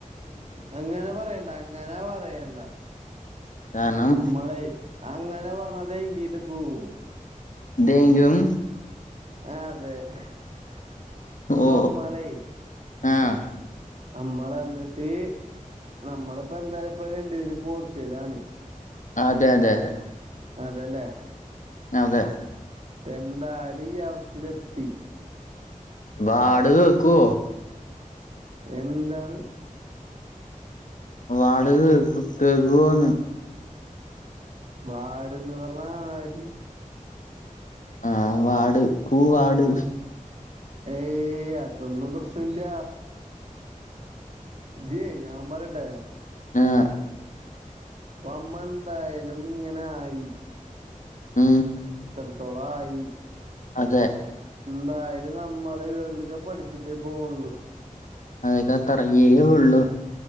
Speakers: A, on the right; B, on the left.
A: അങ്ങനെ പറയണ്ട അങ്ങനാ പറയണ്ട
B: കാരണം
A: അമ്മളെയ് അങ്ങനെ പർഞ്ഞതെങ്കിട്ട് പോവും
B: തെങ്ക്യും
A: അതെ ഇപ്പ
B: ഓ
A: മ്മളെ
B: ആഹ്
A: അമ്മള് എന്നിട്ട് നമ്മളിപ്പോ എന്തായാലും ഇപ്പ രണ്ടുപേരും പോർച്ചുഗലാണ്
B: അതെ അതെ അതെ.
A: അതെല്ലേ
B: അതെ.
A: ഇപ്പ എന്തായാലും ഈ അവസ്‌ത്തേല് എത്തി
B: വാട് കേക്കുവോ
A: എന്താണ്
B: വാട് കേക്ക് കേക്കുവൊന്ന്.
A: വാട് എന്ന് പറഞ്ഞാ ആര്
B: ആഹ് വാട് കൂവാട്
A: ഏയ് അതൊന്നും പ്രശ്നമില്ല. ഇജ്ജ് ഞാൻ പറയട്ടെ
B: ആഹ്
A: ഇപ്പ അമ്മ എന്തായാലും ഇങ്ങനെ ആയി
B: മ്‌ഹ്
A: ഇത്രത്തോളം ആയി
B: അതെ
A: <unintelligible> നമ്മള് വേൾഡ് കപ്പ് അടിച്ചിട്ടേ പോവൊള്ളൂ
B: അതൊക്കെ അത്രയ്ക്കെ ഒള്ളു